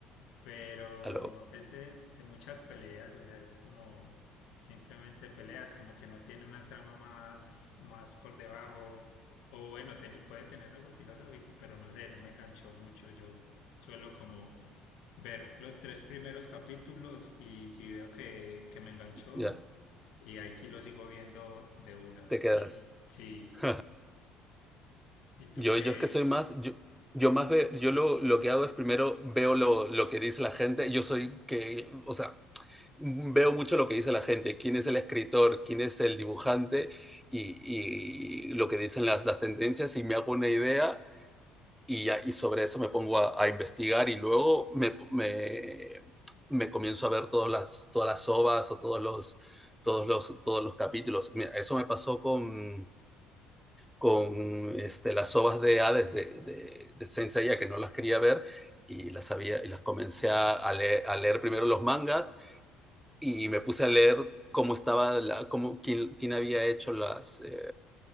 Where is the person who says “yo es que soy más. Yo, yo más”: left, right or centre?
Centre